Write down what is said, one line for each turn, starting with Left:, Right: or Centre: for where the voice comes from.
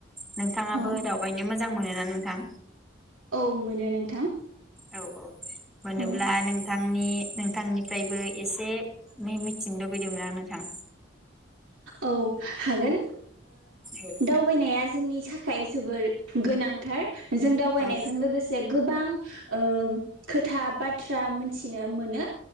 Centre: नोंथाङाबो
Right: औ
Centre: दावबायनोमोन मोजां मोनोना नोंथां
Right: औ मोनो नोंथां।
Centre: औ औ मोनोब्ला
Right: औ
Centre: नों नोंथांनि नोंथांनिफ्रायबो एसे मिथिनो लुबैदोंमोन आं नोंथां।
Right: औ हागोन
Centre: औ
Right: दावबायनाया जोंनि थाखाय थाइ जोबोर गोनांथार जों दावबायनायजों
Centre: औ
Right: लोगोसे गोबां ओ खोथा बाथ्रा मोनथिनो मोनो